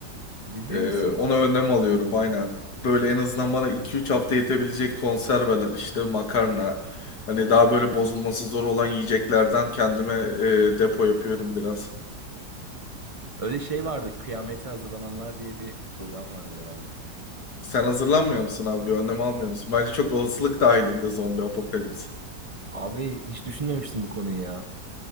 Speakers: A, on the right; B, on the left.
A: Ciddi
B: Ee,
A: misin?
B: ona önlem alıyorum aynen. Böyle en azından bana iki üç hafta yetebilecek konserveler işte makarna. Hani daha böyle bozulması zor olan yiyeceklerden kendime e, depo yapıyorum biraz.
A: Öyle şey vardı. Kıyamete hazırlananlar diye bir program vardı herhalde.
B: Sen hazırlanmıyor musun abi? Bir Önlem almıyor musun? Bence çok olasılık dahilinde zombi apokalips.
A: Abi hiç düşünmemiştim bu konuyu ya.